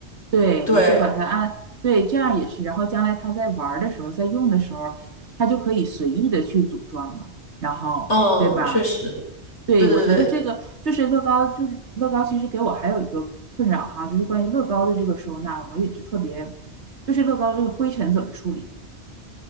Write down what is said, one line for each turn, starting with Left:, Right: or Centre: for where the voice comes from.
Right: 对，
Left: 对，
Right: 你就把它按，对，这样也是。然后将来他在玩儿的时候，在用的时候，他就可以随意的去组装了，然后对吧？
Left: 嗯，确实，
Right: 对，
Left: 对对对对。
Right: 我觉得这个就是乐高，就是乐高，其实给我还有一个困扰哈，就是关于乐高的这个收纳，我也是特别，就是乐高这个灰尘怎么处理，